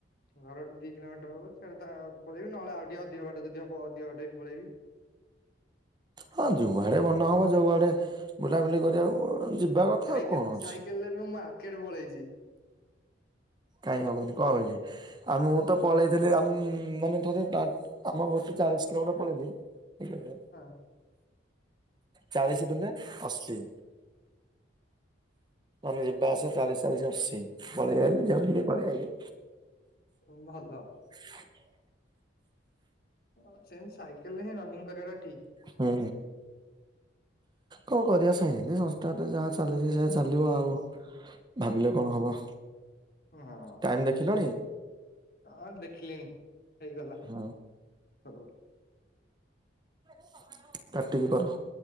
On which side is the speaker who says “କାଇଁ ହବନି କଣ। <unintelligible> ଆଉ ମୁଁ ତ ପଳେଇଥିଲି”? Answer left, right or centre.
Right